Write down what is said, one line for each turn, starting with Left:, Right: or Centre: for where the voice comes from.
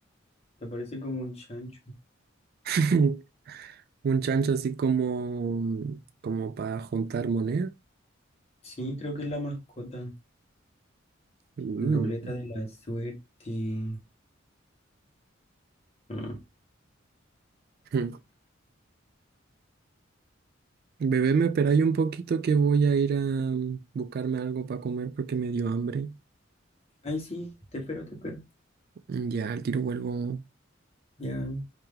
Left: Te parece como un chancho.
Right: <laughs> ¿Un chancho así como, como para juntar moneda?
Left: Sí, creo que es la mascota.
Right: Mm.
Left: Ruleta de la suerte. Ah.
Right: <laughs> Bebé, me esperáis un poquito que voy a ir a buscarme algo para comer porque me dio hambre.
Left: Ay, sí, te espero, te espero.
Right: Ya, al tiro vuelvo.
Left: Ya,